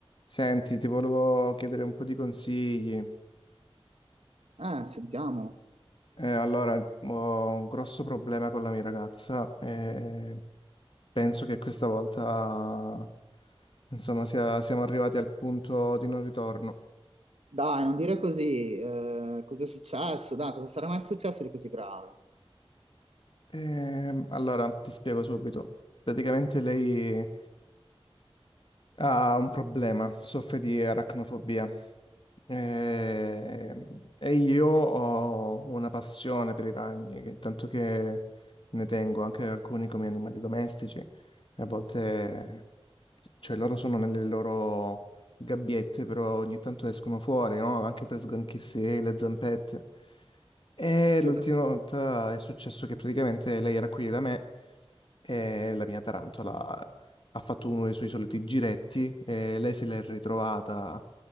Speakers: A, on the left (about 55°); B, on the right (about 90°).
A: Senti, ti volevo chiedere un po' di consigli.
B: Eh, sentiamo.
A: Eh, allora, ho un grosso problema con la mia ragazza e penso che questa volta, insomma, sia- siamo arrivati al punto di non ritorno.
B: Dai, non dire così. Eh, cosa è successo? Dai, cosa sarà mai successo di così grave?
A: Ehm, allora, ti spiego subito. Praticamente lei ha un problema, soffre di aracnofobia. E, e io ho una passione per i ragni, che- tanto che ne tengo anche alcuni come animali domestici. E a volte, cioè, loro sono nelle loro gabbiette, però ogni tanto escono fuori, no? Anche per sganchirsi le zampette. E
B: Sì,
A: l'ultima
B: ho cap-
A: volta è successo che praticamente lei era qui da me e la mia tarantola ha fatto uno dei suoi soliti giretti e lei se l'è ritrovata